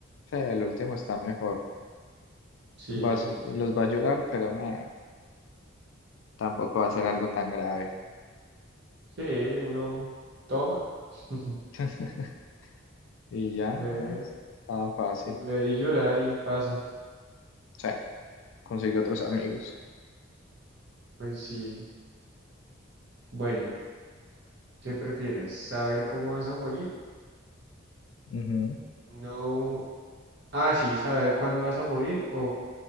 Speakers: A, on the left; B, on the right.
A: sí, el último está mejor.
B: Sí,
A: Vas,
B: sí.
A: los va a llorar, pero meh. tampoco va a ser
B: Pero
A: algo tan grave.
B: sí, uno toma, <laughs>
A: <laughs> Y ya,
B: beber,
A: eh, estaba fácil.
B: y beber y llorar y pasa.
A: Sí, conseguí otros
B: Sí,
A: amigos.
B: pues sí. Bueno, ¿qué prefieres? ¿Saber cómo vas a morir?
A: Ujú.
B: No. Ah, sí, saber cuándo vas a morir o,